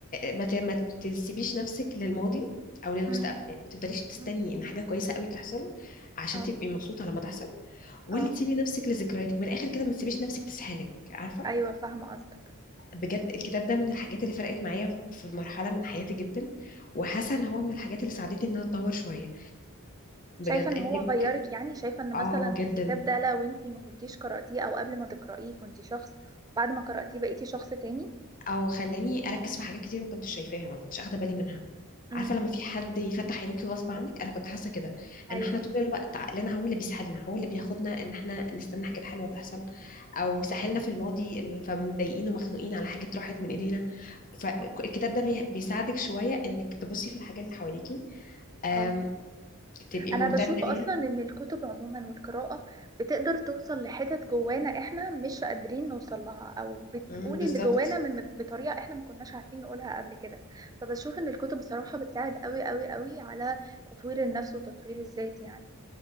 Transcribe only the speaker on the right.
مم.
مم.
اه
اه
ايوه فاهمة قصدك
شايفة ان
هو غيرك
يعني شايفة ان
مثلا
الكتاب ده لو انتي ما كنتيش قرأتيه او قبل ما تقرأيه كنتي شخص بعد ما قرأتيه بقيتي شخص تاني
امم
ايوه
اه
اه
انا
بشوف
اصلا ان الكتب عموما والقراءة بتقدر توصل لحتت جوانا احنا مش قادرين نوصل لها او بتقول
اللي جوانا من بطريقة احنا ما كناش عارفين نقولها قبل كده فبشوف ان الكتب بصراحة بتساعد قوي قوي قوي على تطوير النفس وتطوير الذات يعني